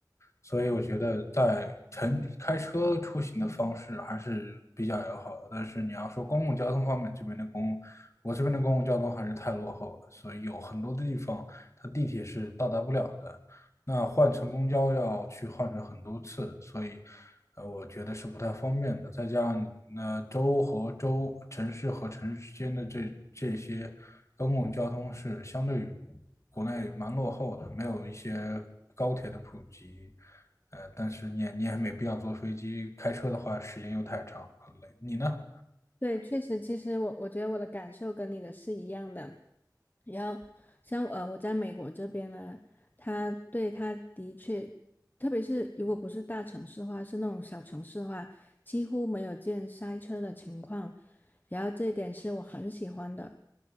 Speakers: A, on the left (about 40°); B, on the left (about 25°).
A: 所以我觉得在城开车出行的方式还是比较友好的。但是你要说公共交通方面，这边的公共，我这边的公共交通还是太落后了，所以有很多的地方它地铁是到达不了的。那换乘公交要去换乘很多次，所以，呃，我觉得是不太方便的。再加上，那州和州、城市和城市之间的这这些公共交通是相对于国内蛮落后的，没有一些高铁的普及。呃，但是你也你也没必要坐飞机，开车的话时间又太长，很累。你呢？
B: 对，确实，其实我我觉得我的感受跟你的是一样的。然后像呃我在美国这边呢，他对他的确，特别是如果不是大城市的话，是那种小城市的话，几乎没有见塞车的情况。然后这一点是我很喜欢的。